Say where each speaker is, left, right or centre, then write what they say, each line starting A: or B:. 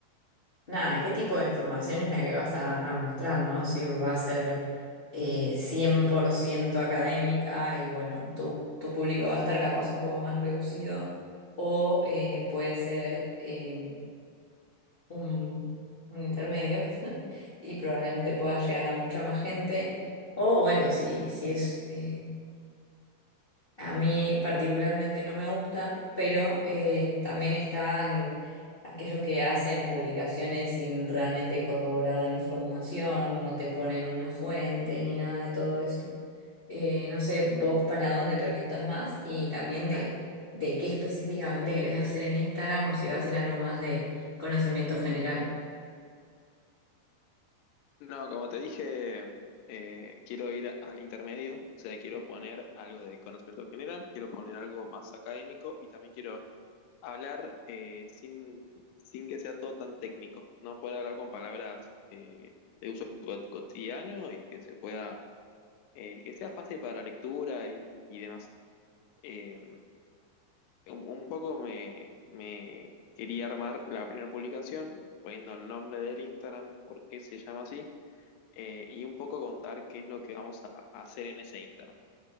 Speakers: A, on the left; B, on the left.
A: nada, qué tipo de información es la que vas a, a mostrar, ¿no? Si va a ser eh, 100% académica y bueno, tu, tu público va a estar capaz un poco más reducido o eh, puede ser eh, un, un intermedio <laughs> y probablemente pueda llegar a mucha más gente. O bueno, si, si es, eh, a mí particularmente no me gusta, pero eh, también están aquellos que hacen publicaciones sin realmente corroborar la información, no te ponen una fuente ni nada de todo eso. Eh, no sé, vos para dónde te orientas más y también de, de qué específicamente querés hacer en Instagram o si va a ser algo más de conocimiento general.
B: No, como te dije, eh, quiero ir al intermedio, o sea, quiero poner algo de conocimiento general, quiero poner algo más académico y también quiero hablar eh, sin, sin que sea todo tan técnico, ¿no? Poder hablar con palabras eh, de uso co- cotidiano y que se pueda, eh, que sea fácil para la lectura y, y demás. Eh, un, un poco me, me quería armar la primera publicación poniendo el nombre del Instagram, por qué se llama así, eh, y un poco contar qué es lo que vamos a, a hacer en ese Instagram.